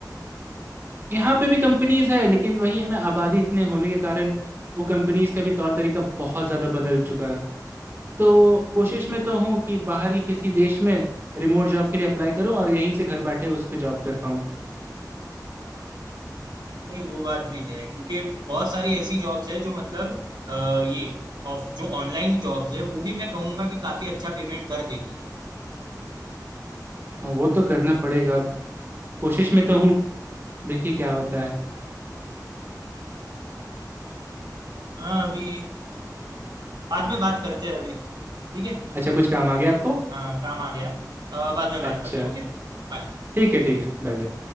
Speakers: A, on the right; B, on the right.
A: यहाँ पे भी कंपनीज है लेकिन वही है ना आबादी इतने होने के कारण वो कंपनीज का भी तौर तरीका बहुत ज़्यादा बदल चुका है तो कोशिश में तो हूँ कि बाहर के किसी देश में रिमोट जॉब के लिए अप्लाई करूँ और यहीं से घर बैठे उस पर जॉब कर पाऊँ
B: नहीं वो बात भी है क्योंकि बहुत सारी ऐसी जॉब्स है जो मतलब अ, ये ऑफ जो ऑनलाइन जॉब्स है वो भी मैं कहूंगा कि काफी अच्छा पेमेंट कर देती है
A: हाँ, वो तो करना पड़ेगा अब कोशिश में तो हूँ देखिए क्या होता है
B: हाँ अभी बाद में बात करते हैं अभी ठीक है
A: अच्छा कुछ काम आ गया आपको
B: हाँ काम आ गया अ, बाद में
A: अच्छा
B: बात करते हैं ओके बाय
A: ठीक है ठीक है बाय बाय